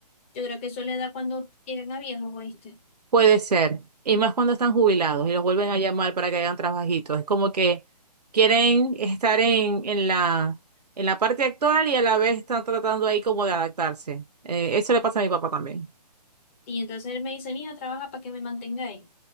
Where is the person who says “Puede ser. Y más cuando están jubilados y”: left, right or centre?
Right